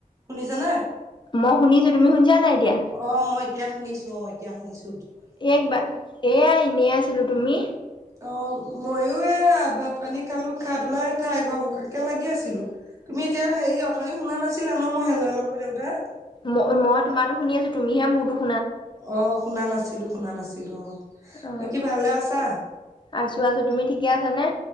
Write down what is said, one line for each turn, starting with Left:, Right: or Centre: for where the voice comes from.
Right: শুনিছা নে?
Left: মই শুনিছোঁ তুমি শুনিছা নাই এতিয়া।
Right: অ, ' মই এতিয়া শুনিছোঁ অ এতিয়া শুনিছোঁ।
Left: এইবা এয়াই নি আছিলোঁ তুমি?
Right: অ, 'মইয়ো এই ভাত পানী খালো খাই পেলাই ঠাই ঘৰ বকাকে লাগি আছিলো। তুমি এতিয়া হেৰি অথনি শুনা নাছিলা ন' মই হে'ল লগ কৈ থাকোতে।
Left: মই মই তোমাৰোটো শুনি আছোঁ তুমিহে মোৰটো।
Right: অ, ' শুনা নাছিলোঁ শুনা নাছিলোঁ অ'।
Left: অ,
Right: বাকী ভালে আছা?
Left: 'আছো আছো তুমি ঠিকে আছা নে?